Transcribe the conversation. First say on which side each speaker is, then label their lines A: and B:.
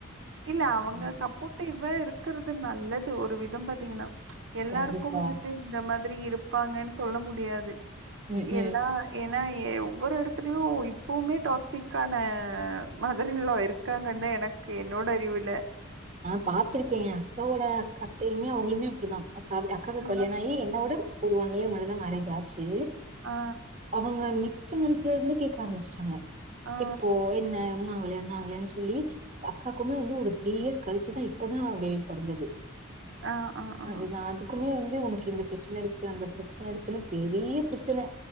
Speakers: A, on the right; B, on the right.
A: இல்ல அவங்க
B: அதுதா
A: சப்போட்டிவாருக்குறது நல்லது ஒரு விதோ பாத்தீங்கனா எல்லாருக்கு
B: கண்டிப்பா
A: வந்துட்டு இந்த மாதிரி இருப்பாங்கன் சொல்ல முடியாது
B: ம் ம்
A: எல்லா ஏனா எ ஒவ்வொரு எடத்துலயு இப்பவுமே டாக்ஸிக் க்கான மதரின் லா இருக்காங்க தா எனக்கு என்னோட அறிவுல
B: நா பாத்துருக்கே‌ எ அக்காவோட அ அத்தையுமே அவுங்ளுமே அப்டிதா அக்காவி அக்காக்கு
A: ஆ,
B: கல்யாண ஆகி என்னோட ஒரு ஒன் இயர் முன்னாடிதா மேரேஜ் ஆச்சு
A: ஆ,
B: அவங்க நெக்ஸ்டு மன்த்ல இருந்து கேக்க ஆரமிச்சிட்டாங்க
A: ஆ,
B: இப்போ என்ன இன்னு ஆகலையா இன்னு ஆகலையானு சொல்லி அக்காக்குமே வந்து ஒரு த்ரீ இயர்ஸ் கழிச்சுதா இப்பதா பேபி பொறந்தது
A: ஆ, ஆ, ஆ,
B: அதுதா அது குமே வந்து உனக்கு இந்த பிரச்சன இருக்கு அந்த பிரச்சன இருக்குனு பெரிய பிரச்சன